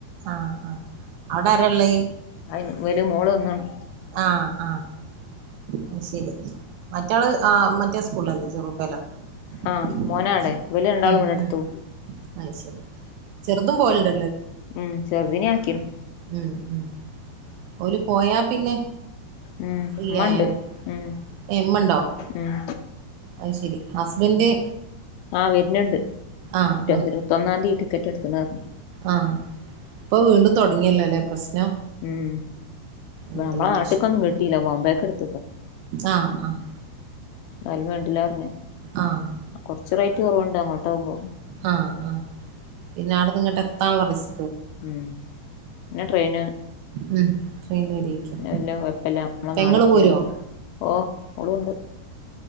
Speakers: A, on the right; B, on the left.
A: ആഹ ആഹ അവിടെരാളെള?
B: അയിന് വര് മോള് വന്നാണ്
A: ആഹ ആഹ ശരി മറ്റാള് ആ മറ്റേ കൊല്ലേെരുൂ പലെ
B: ആഹ്
A: <unintelligible>
B: മോനാടെ ഇവല് രണ്ടാളും
A: ഉം
B: ഇവിടെ അടുത്തു
A: ഉം അയിശരി ചെറുതും പോവലുണ്ട്
B: ഉം ചെറുതിനെ ആക്കിണ്
A: ഉം ഓൽ പോയാ പിന്നെ
B: ഉം
A: ഫ്രീ
B: ഉമ്മണ്ട്
A: ആയല്ലോ
B: ഉം
A: ഏ മ്മണ്ടോ
B: ഉം
A: അത്ശരി ഹസ്ബൻഡ്
B: ആ വരണുണ്ട്
A: ആഹ് ആഹ്
B: ഇരുപത്തൊന്നാം തീയതി ടിക്കറ്റ് എടുത്തന്നാ പറഞ്ഞെ
A: ആഹ് ഇപ്പൊ വീണ്ടും തോടങ്ങിയല്ലോയല്ലെ പ്രശ്നം
B: ഉം
A: എന്തൊരു
B: നമ്മളെ നാട്ട്ക്കൊന്നും
A: കഷ്ടം
B: കിട്ടിയില്ല ബോബക്ക്‌ എടുത്തു
A: ആഹ് ആഹ്
B: ആരും കണ്ടില്ലാറഞ്
A: ആഹ്
B: കൊറച്ച് റൈറ്റ് കുറവുണ്ട് അങ്ങോട്ട ആകുമ്പോ
A: ആഹ് ആഹ് പിന്നെ അവിടുന്ന് ഇങ്ങോട്ട് എത്താണുള്ള ബസ്
B: ഉം പിന്നെ ട്രെയിന്
A: ഉം ട്രെയിനിന് വരെരുക്കും
B: പിന്നെ വല്യ കൊഴപ്പല്ല നമ്മളെ
A: പെങ്ങള്
B: നാടെത്തിയല്ലോ
A: പോരുവോ
B: ഓഹ് ഓളും ഉണ്ട്